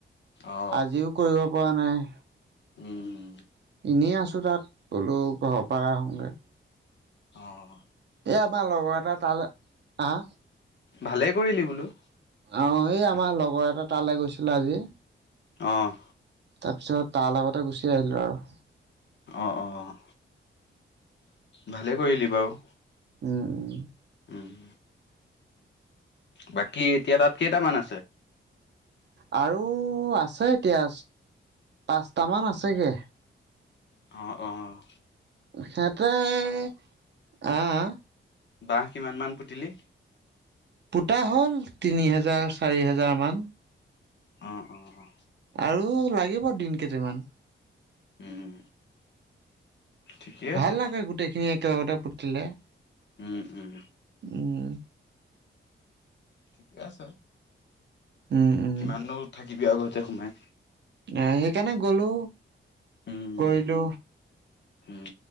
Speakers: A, on the left; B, on the right.
A: অ
B: আজিও কৰিব পৰা নাই।
A: উম।
B: নিয়ে আছোঁ তা'ত বোলো ঘৰৰ পৰা আহো গৈ।
A: অঁ
B: এ' আমাৰ লগৰ এটা তাৰ-লৈ হাঁ
A: ভালেই কৰিলি বোলো।
B: অঁ এই আমাৰ লগৰ এটা তালৈ গৈছিলে আজি।
A: অঁহ
B: তাৰপিছত তাৰ লগতে গুচি আহিলো আৰু।
A: অঁ অঁ ভালেই কৰিলি বাৰু।
B: উম' উম।
A: উম। বাকী এতিয়া তা'ত কেইটামান আছে।
B: আৰু আছে এতিয়া পাঁচটামান আছেগে।
A: অঁ অঁ।
B: সেতে- অঁ
A: বাঁহ কিমান মান পুতিলি?
B: পোতা হ'ল তিনি হেজাৰ, চাৰি হেজাৰ মান।
A: অঁ অঁ অঁ
B: আৰু লাগিব দিন কেইটা মান।
A: উম ঠিকেই
B: ভাল
A: আছে
B: লাগে গোটেইখিনি একে- <unintelligible>
A: উম উম
B: উম।
A: ঠিকে আছে।
B: উম উম
A: কিমানো থাকিবি ঘৰতে- সোমাই।
B: আঁহ সেইকাৰণে গ'লো।
A: উম
B: কৰিলো।
A: উম,